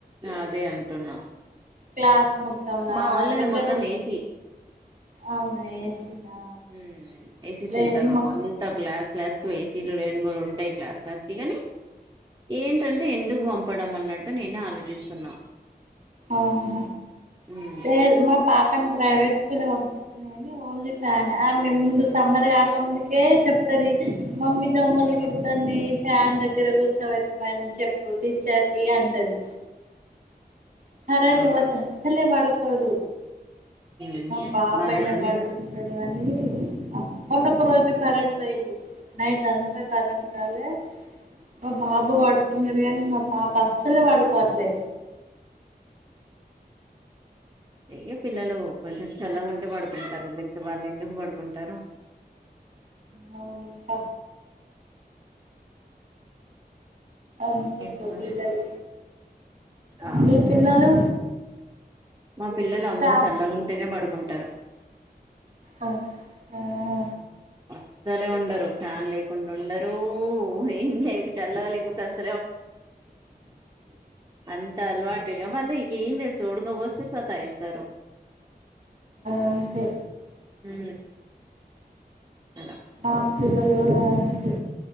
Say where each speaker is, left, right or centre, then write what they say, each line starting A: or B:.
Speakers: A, on the right; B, on the right.
A: అదే అంటున్న
B: క్లాస్ మొత్తంలా
A: మా వొళ్ళది
B: దగ్గర
A: మొత్తం
B: ఉన్
A: ఏసి
B: అవునా ఏసీనా
A: హ్మ్ ఏసీ
B: లేదు
A: సెంటర్
B: మా
A: అంత గ్లాస్ క్లాస్ కు ఏసిలు రెండు మూడు ఉంటాయి క్లాస్ క్లాస్ కి గాని ఏంటంటే ఎందుకు పంపడం అన్నట్టు నేనే ఆలోచిస్తున్నా
B: ఆహ
A: ఉమ్
B: లె మ పాపను ప్రైవేట్ లా పంపిస్తున్నాయిని ఓన్లీ ఫ్యాన్ మే ముందు సమ్మర్ కాక ముందుకే చెప్తుది మమ్మీ దమ్మలు గుడాతనై ఫ్యాన్ దగ్గర కూర్చోబెట్టమని చెప్పు టీచ్చర్కి అంటది కరంటు
A: అవునా
B: ఒతది అసలే వడుకోదు
A: ఉమ్
B: మా బాబాయిన
A: అదే అని
B: వడుకుంటడు
A: ఇగ
B: కాని పాప్ నను ఒక రోజు కరెంట్ పోయింది నైట్ అంతా కరెంటు రాలే మా బాబు వడుకున్నడు గాని మా పాప అస్సలే వడుకోవట్లే
A: ఏ ఇగ పిల్లలు కొంచెం చల్లగుంటే వడుకుంటారు లేకపోతే వాళ్ళు ఎందుకు పడుకుంటారు
B: ఊ అవునక్క అంతేగా
A: ఏంటి మరి
B: పిల్లలు
A: ఆ
B: మీ పిల్లలు
A: మా పిల్లలు అమ్మో
B: సా
A: చల్లగుంటేనే బడుకుంటరు.
B: అ ఆ ఆ
A: అస్సలే ఉండరు ఫాన్ లేకుండ ఉండరు ఏం లేద్ చల్లగ లేకపోతే అస్ అంత అలవాటు ఇగ మరి నీకు ఏం తెలుసు ఉడకపోస్తే సతయిస్తరు.
B: అంతే
A: ఊ అలా
B: మా పిల్లలు కూడా అంతె